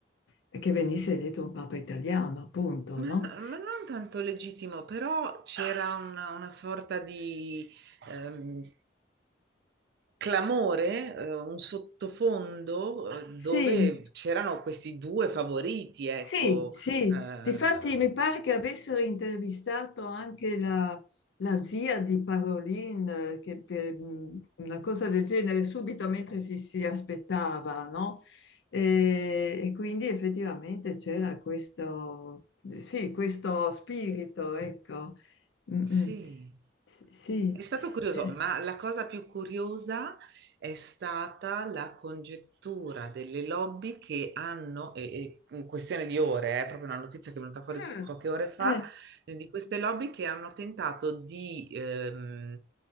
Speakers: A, on the left (about 70°); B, on the right (about 60°).
A: che venisse eletto un papa italiano, appunto,
B: Ma,
A: no?
B: no- ma non tanto legittimo, però c'era una, una sorta di ehm, clamore, eh, un sottofondo eh,
A: Sì,
B: dove c'erano questi due favoriti, ecco,
A: Sì, sì,
B: eh,
A: difatti mi pare che avessero intervistato anche la, la zia di Parolin, eh, che per- mh, una cosa del genere, subito mentre si, si aspettava, no? E, e quindi effettivamente c'era questo, sì, questo spirito, ecco. Mm,
B: Sì.
A: mm. Sì.
B: È stato curioso,
A: Eh,
B: ma la cosa più curiosa è stata la congettura delle lobby che hanno, e, e in questione di ore, eh, è proprio una notizia che è venuta fuori
A: Mm,
B: poche ore fa,
A: eh,
B: eh, di queste lobby che hanno tentato di ehm,